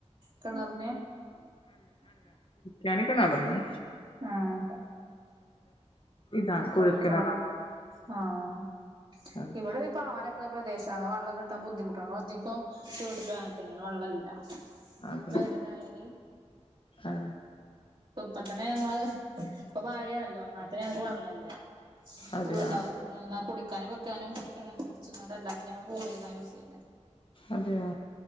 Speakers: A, on the right; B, on the left.
A: കെണർനേ
B: ഞാൻ നി കിണറിന്നും
A: ആഹ്
B: ഇതാണ് കുഴൽ
A: കോഴൽ
B: കിണറാ
A: കിണറോ ആഹ്
B: അതെ
A: ഇവിടെ പ ആരൊക്കെ പ്രദേശാണ് വള്ളം കിട്ടാൻ ബുദ്ധിമുട്ടാണ് അതിപ്പോ വീട്ടിലും അങ്ങനെ തന്നെയാണ് വള്ളം ഇല്ല.
B: അതെ
A: വേനൽ ആയാല്
B: അതെ
A: ഇപ്പ തന്നെ ഞങ്ങള് ഇപ്പൊ മഴയാണല്ലോ ഒന്നാത്തെ ഞങ്ങക്ക് വള്ളം ഇല്ല <unintelligible>
B: അതെയോ
A: കുടിക്കാനും വെക്കാനും കെണറ്റിൽ നിന്നും അടിച്ചു കൊണ്ട് അല്ല ഞങ്ങള് റോഡിൽനിന്ന യൂസ് ചെയ്യുന്നേ
B: അതെയോ